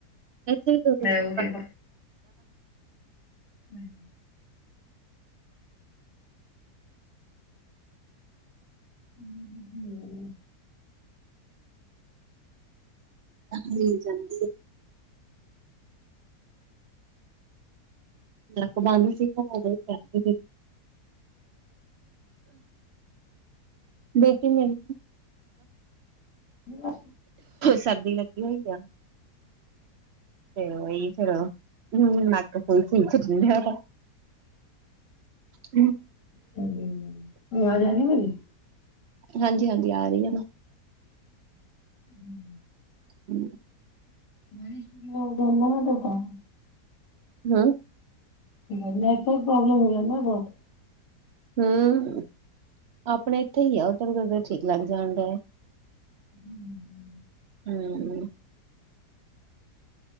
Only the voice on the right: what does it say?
ਇੱਥੇ ਦੋ ਦਿਨ
ਮਿਲ ਜਾਂਦ ਐ ਨੱਕ ਬੰਦ ਸੀਗਾ ਉਦੋਂ ਹੀ ਕਹਿੰਦੇ ਸੀ ਬਚਨ ਲੈਨੀ
ਸਰਦੀ ਲੱਗੀ ਹੋਈ ਆ ਤੇ ਇਹੀ ਫੇਰ, ਹਮ ਨਕ ਹੂਣ ਫਿਰ ਪਜਨ ਠੈਹਾਂ ਦਾ ਹਮ
ਹਾਂਜੀ-ਹਾਂਜੀ ਆ ਰਹੀ ਹੈ ਨਾ
ਹਮ
ਹਾਂ
ਹਮ, ਆਪਣੇ ਇੱਥੇ ਹੀ ਆ ਉਧਰ ਕ ਠੀਕ ਲੱਗ ਜਾਣ ਡੈ
ਹਮ